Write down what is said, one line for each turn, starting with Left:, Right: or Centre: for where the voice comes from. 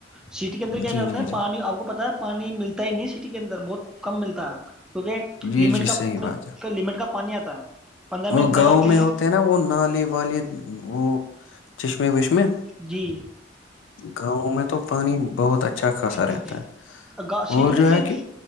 Centre: سٹی کے
Left: جی
Centre: اندر کیا کرتے
Left: جی
Centre: ہیں
Left: جی
Centre: پانی آپ کو پتا ہے پانی ملتا ہی نہیں سٹی کے اندر بہت کم ملتا ہے کیونکہ
Left: جی
Centre: لٹ
Left: جی صحیح بات ہے
Centre: کا لمٹ کا پانی آتا ہے پندرہ منٹ
Left: وہ
Centre: نہ
Left: گاؤں
Centre: لاتے
Left: میں
Centre: ہیں
Left: ہوتے نا وہ نالے والے وہ چشمے وشمے
Centre: جی
Left: گاؤں میں تو پانی بہت اچھا خاصا
Centre: جی
Left: رہتا ہے
Centre: سٹی
Left: اور
Centre: میں
Left: جو
Centre: اس لیے
Left: ہے کہ